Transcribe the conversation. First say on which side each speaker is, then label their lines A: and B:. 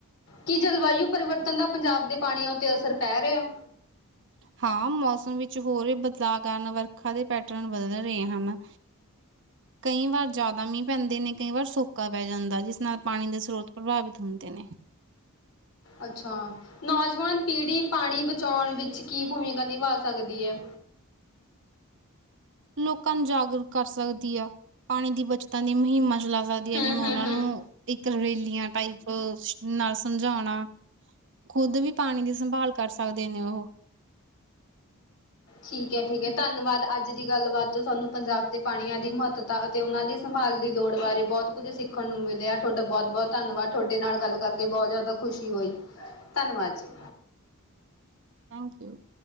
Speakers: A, on the left (about 80°); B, on the right (about 55°).
A: ਕੀ ਜਲਵਾਯੂ ਪਰਿਵਰਤਨ ਦਾ ਪੰਜਾਬ ਦੇ ਪਾਣੀਆਂ ਉੱਤੇ ਅਸਰ ਪੈ ਰਿਹਾ?
B: ਹਾਂ ਮੌਸਮ ਵਿੱਚ ਹੋਰ ਵੀ ਬਦਲਾਅ ਕਾਰਨ ਵਰਖਾ ਦੇ ਪੈਟਰਨ ਬਦਲ ਰਹੇ ਹਨ। ਕਈ ਵਾਰ ਜਾਦਾ ਮੀਂਹ ਪੈਂਦੇ ਨੇ ਕਈ ਵਾਰ ਸੁੱਕਾ ਪੈ ਜਾਂਦਾ ਜਿਸ ਨਾਲ ਪਾਣੀ ਦੇ ਸਰੋਤ ਪ੍ਰਭਾਵਿਤ ਹੁੰਦੇ ਨੇ।
A: ਅੱਛਾ ਨੌਜਵਾਨ ਪੀੜ੍ਹੀ ਪਾਣੀ ਬਚਾਉਣ ਵਿੱਚ ਕੀ ਭੂਮਿਕਾ ਨਿਭਾ ਸਕਦੀ ਹੈ?
B: ਲੋਕਾਂ ਨੂੰ ਜਾਗਰੂਕ ਕਰ ਸਕਦੀ ਆ ਪਾਣੀ ਦੀ ਬੱਚਤਾਂ ਦੀ ਮੁਹਿੰਮਾ ਚਲਾ ਸਕਦੀ
A: ਹੂੰ
B: ਆ ਜਿਵੇਂ ਉਹਨਾਂ
A: ਹੂੰ ਹੂੰ
B: ਨੂੰ ਇੱਕ ਰੈਲੀਆਂ ਟਾਈਪ ਨਾਲ ਸਮਝਾਉਣਾ ਖੁਦ ਵੀ ਪਾਣੀ ਦੀ ਸੰਭਾਲ ਕਰ ਸਕਦੇ ਨੇ ਉਹ।
A: ਠੀਕ ਹੈ, ਠੀਕ ਹੈ
B: ਜੀ।
A: ਧੰਨਵਾਦ ਅੱ ਅੱਜ ਦੀ ਗੱਲਬਾਤ ਚ ਸਾਨੂੰ ਪੰਜਾਬ ਦੇ ਪਾਣੀਆਂ ਦੀ ਮਹੱਤਤਾ ਅਤੇ ਉਹਨਾਂ ਦੀ ਸੰਭਾਲ ਦੀ ਲੋੜ ਬਾਰੇ ਬਹੁਤ ਕੁੱਝ ਸਿੱਖ ਸਖਣ ਨੂੰ ਮਿਲਿਆ ਤੁਹਾਡਾ ਬਹੁਤ ਬਹੁਤ ਧੰਨਵਾਦ ਤੁਹਾਡੇ ਨਾਲ ਗੱਲ ਕਰਕੇ ਬਹੁਤ ਜ਼ਿਆਦਾ ਖੁਸ਼ੀ ਹੋਈ ਧੰਨਵਾਦ ਜੀ
B: ਥੈਂਕ ਯੂ।